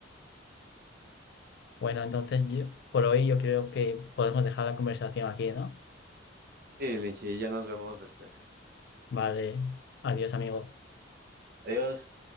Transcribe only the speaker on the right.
Sí, Lenche, ya nos vemos después.
Adiós.